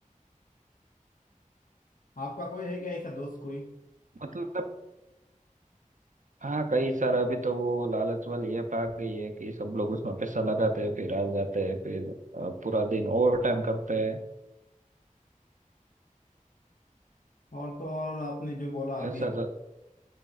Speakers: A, on the left; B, on the right.
A: आपका कोई है क्या ऐसा दोस्त कोई
B: मतलब हाँ कई सारा अभी तो वो लालच वाली ऐप आ गई है कि सब लोग उसमें पैसा लगाते हैं फिर आ जाते हैं फिर अ, पूरा दिन ओवर टाइम करते हैं
A: और तो और आपने जो बोला आप
B: ऐसा
A: भी
B: सा-